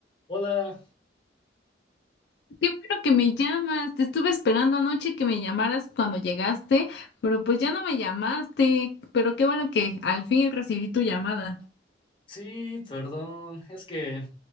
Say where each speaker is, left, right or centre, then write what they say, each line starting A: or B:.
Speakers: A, on the left; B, on the left.
A: Hola,
B: Qué bueno que me llamas. Te estuve esperando anoche que me llamaras cuando llegaste, pero pues ya no me llamaste. Pero qué bueno que al fin recibí tu llamada.
A: sí, perdón, es que